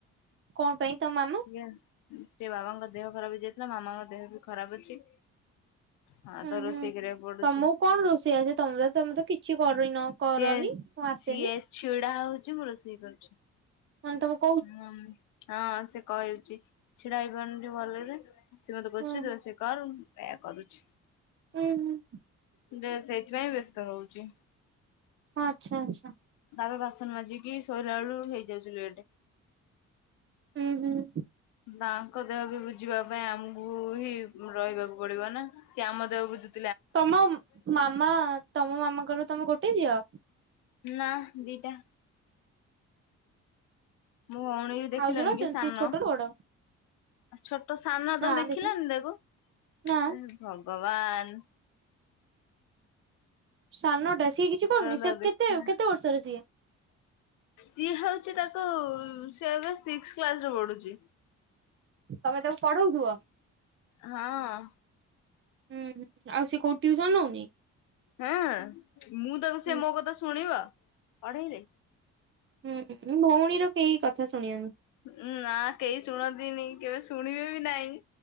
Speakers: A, on the right (about 40°); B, on the left (about 85°).
A: କୁ ପାଇଁ ତଞ ମାମା
B: ସେ ବାବାଙ୍କ ଦେହ ଖରାପ ହେଇଯାଇଥିଲା ମାମାଙ୍କ ଦେହ ବି ଖରାପ ଅଛି। ହଁ
A: ଉୁଁ
B: ତ
A: ହୁଁ
B: ରୋଷେଇ କରିବାକୁ ପଡୁଛି
A: ତମକୁ କଣ ରୋଷେଇ ଆଛସେ ତମେ ତ ତମେ ତ କିଛି କରିନ। କରନି
B: ସିଏ
A: ମୁଁ ଆସେନି।
B: ସିଏ ଛିଡା ହୋଉଚି ମୁଁ ରୋଷେଇ କରୁଚି।
A: ମାନ୍ ତମ
B: ହୁଁ ହଁ ସେ କହିହୋଉଚି ଛିଡା ହେଇପାରୁନି ଟିଏ ଭଲରେ। ସିଏ ମତେ କୋଉଚି
A: ହୁଁ
B: ତୁ ଆସି କର୍ ଏୟା କରୁଚି।
A: ହୁଁ ହୁଁ।
B: ଯେ ସେଇଥିପାଇଁ ବ୍ୟସ୍ତ ରହୁଚି।
A: ହଁ ଆଛା ଆଛା।
B: ତାପରେ ବାସନ୍ ମାଜିକି ଶୋଇଲା ବେଳୁ ହେଇଯାଉଚି ଲେଟେ।
A: ହୁଁ ହୁଁ।
B: ତାଙ୍କ ଦେହ ବି ବୁଝିବା ପାଇଁ ଆମକୁ ହିଁ ରହିବାକୁ ପଡିବ ନା ସିଏ ଆମ ଦେହ ବୁଝୁ
A: ତମ ମାମା ତମ ମାମାଙ୍କର ତମେ ଗୋଟେ ଝିଅ?
B: ନାଁ ଦିଟା। ମୋ ଭଉଣୀ କୁ ଦେଖିଲନି
A: ଆଉ ଜଣେ ଅଛନ୍ତି
B: କି ସାନ?
A: ସିଏ ଛୋଟ ନା ବଡ
B: ଆ ଛୋଟ ସାନ
A: ନା
B: ତମେ ଦେଖିଲନି
A: ଦେଖିନି
B: ତାକୁ
A: ନା
B: ଏ ଭଗବାନ୍।
A: ସାନଟା ସିଏ କିଛି କରୁନି
B: ତାକୁ
A: ସେ
B: ଦେଖିନା
A: କେତେ କେତେ ବର୍ଷରେ ସିଏ?
B: ସିଏ ହେଉଚି ତାକୁ ସିଏ ଏବେ ସିକ୍ସ୍ କ୍ଲାସ ରେ ପଢୁଚି।
A: ତମେ ତାକୁ ପଢୋଉଥୁବ?
B: ହଁ।
A: ହୁଁ ଆଉ ସେ କଉଠି ଟିଉସନ୍ ନୋଉନି?
B: ହଁ ମୁଁ ତାକୁ
A: ହୁଁ
B: ସେ ମୋ କଥା ଶୁଣିବ ପଢେଇଲେ?
A: ହୁଁ ଭଉଣୀର କେହି କଥା ଶୁଣିବନି।
B: ଉଁ ନା କେହି ଶୁଣନ୍ତିନି କେବେ ଶୁଣିବେ ବି ନାଇଁ।